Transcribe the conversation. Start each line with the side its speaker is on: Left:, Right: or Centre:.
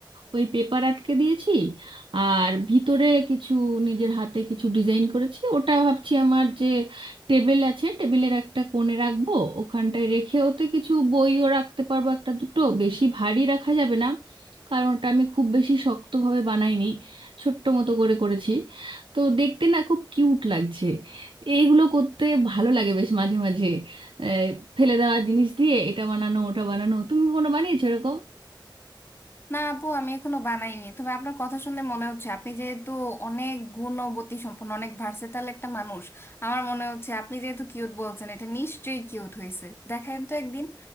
Right: ওই পেপার আটকে দিয়েছি আর ভিতরে কিছু নিজের হাতে কিছু ডিজাইন করেছি ওটা ভাবছি আমার যে টেবিল আছে টেবিলের একটা কোণে রাখবো ওখানটায় রেখে ওতে কিছু বইও রাখতে পারবো একটা দুটো বেশি ভারী রাখা যাবে না কারণ ওটা আমি খুব বেশি শক্তভাবে বানাইনি ছোট্ট মতো করে করেছি তো দেখতে না খুব কিউট লাগছে এইগুলো করতে ভালো লাগে বেশ মাঝে মাঝে আহ, ফেলে দেওয়া জিনিস দিয়ে এটা বানানো ওটা বানানো তুমি কোনো বানিয়েছো এরকম
Left: না আপু আমি এখনো বানাইনি তবে আপনার কথা শুনে মনে হচ্ছে আপনি যেহেতু অনেক গুণবতী সম্পন্ন অনেক ভার্সেটাল একটা মানুষ আমার মনে হচ্ছে আপনি যেহেতু কিউট বলছেন এটা নিশ্চয়ই কিউট হয়েছে দেখেন তো একদিন